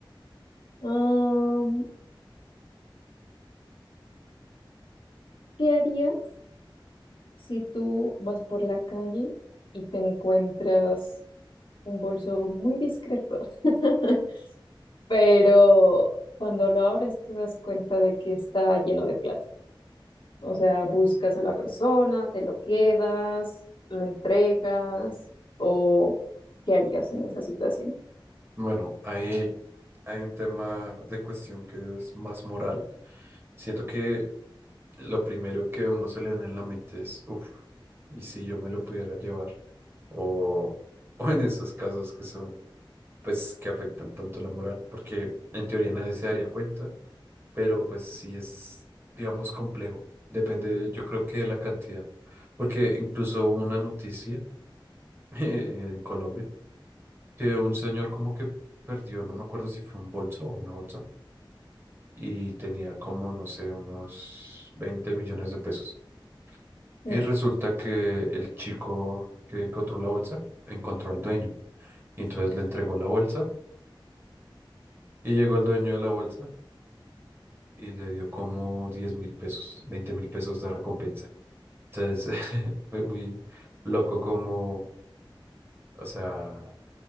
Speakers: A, on the left; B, on the right.
A: Am, ¿qué harías si tú vas por la calle y te encuentras un bolso muy discreto? <laughs> pero cuando lo abres te das cuenta de que está lleno de plata. O sea, buscas a la persona, te lo quedas, lo entregas, o ¿qué harías en esa situación?
B: Bueno, hay hay un tema de cuestión que es más moral. Siento que lo primero que a uno se le viene en la mente es, uff, ¿y si yo me lo pudiera llevar? O, <laughs> o en esos casos que son, pues, que afectan tanto la moral, porque en teoría nadie se daría cuenta, pero pues sí es, digamos, complejo. Depende, yo creo que de la cantidad, porque incluso hubo una noticia <laughs> en Colombia que un señor como que perdió, no me acuerdo si fue un bolso o una bolsa y tenía como, no sé, unos 20 millones de pesos. Y
A: Uy,
B: resulta que el chico que encontró la bolsa encontró al dueño y entonces le entregó la bolsa y llegó el dueño de la bolsa y le dio como diez mil pesos, veinte mil pesos de recompensa. Entonces <laughs> fue muy loco como, o sea,